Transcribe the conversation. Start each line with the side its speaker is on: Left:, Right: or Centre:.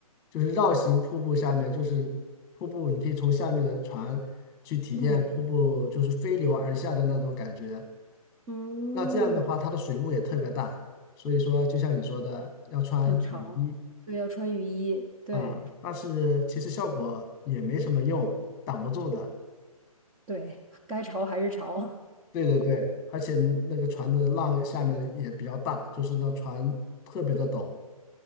Left: 就是绕行瀑布下面，就是瀑布，你可以从下面的船去体验瀑布就是飞流而下的那种感觉。
Right: 嗯嗯，
Left: 那这样的话，它的水雾也特别大，所以说就像你说的，要穿雨衣。
Right: 很潮，对，要穿雨衣，对
Left: 啊，但是其实效果也没什么用，挡不住的。
Right: 对，该潮还是潮。<laughs>
Left: 对对对，而且那个船的浪下面的也比较大，就是那船特别的陡